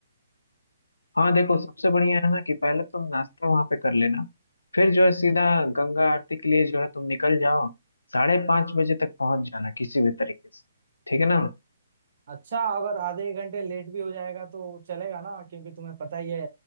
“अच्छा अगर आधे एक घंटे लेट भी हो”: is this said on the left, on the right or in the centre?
Right